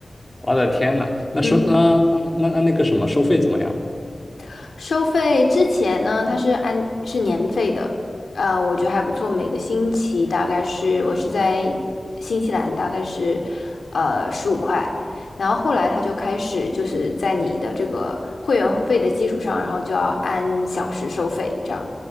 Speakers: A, on the left; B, on the left.
A: 我的天呐，那收啊、
B: 嗯，
A: 嗯那那那个什么收费怎么样？
B: <laughs> 收费之前呢，它是按是年费的，呃，我觉得还不错。每个星期大概是我是在新西兰，大概是呃十五块，然后后来他就开始就是在你的这个会员费的基础上，然后就要按小时收费这样。